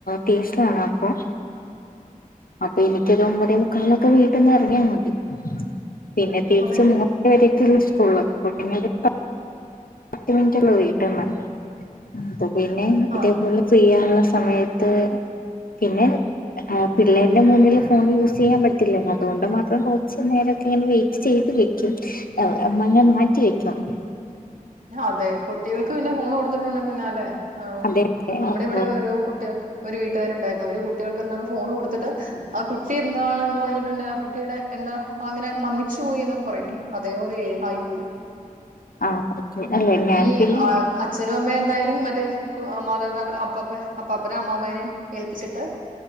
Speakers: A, on the left; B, on the right.
A: ടേസ്റ്റ് കാണാം പ്പം അപ്പൊ എനിക്കൊരു ഒമ്പതേ മുക്കാലിനൊക്കെ വീട്ടന്ന് ഇറങ്ങിയാൽ മതി പിന്നെ തീരിച്ച
B: ഒന്ന്
A: മൂന്ന് വരെക്കള്ളൂ സ്കൂൾ അപ്പം പിന്നെ രു പത്ത് മിനിറ്റ്ള്ളൂ വീട്ടന്ന് അപ്പ പിന്നെ ഇതേപോലെ
B: ആഹ്
A: ചെയ്യാനുള്ള സമയത്ത് പിന്നെ പിള്ളേരുടെ മുന്നില് ഫോൺ യൂസ് ചെയ്യാൻ പറ്റില്ല അതുകൊണ്ട് മാത്രം കൊറച്ചു നേരം ങ്ങനെ വെയിറ്റ് ചെയ്ത് വെക്കും അങ്ങനെ മാറ്റി വെക്കും
B: അതെ കുട്ടികൾക്ക് പിന്നെ ഫോൺ കൊടുത്തിട്ടുണ്ട പിന്നാലെ ആനമ്മുടെ
A: അതെ അതെ അപ്പൊ
B: ഇവിടെ ഒരു കുട്ടി ഒരു വീട്ടുകാരു ഉണ്ടായിരുന്നു അവര് കുട്ടികൾക്ക് എന്താണ് ഫോൺ കൊടുത്തിട്ട് ആ കുട്ടി എന്താണന്ന് പറഞ്ഞിട്ടുണ്ട് ആ കുട്ടിയുടെ എന്താ അങ്ങനെ മന്നിച്ചു പോയി എന്നൊക്കെ പറയില്ലേ അതേപോലെ ആയി പോയി
A: ആ അല്ലെ ഞാൻ
B: ഈ
A: പിന്നെ
B: ആഹ് അച്ഛനും അമ്മയെ എന്തായാലും മറ്റേ കു മാതപിതാക്കള് അപ്പാപ്പെ അപ്പാപ്പനേും അമ്മാമ്മനേം ഏൽപ്പിച്ചിട്ട്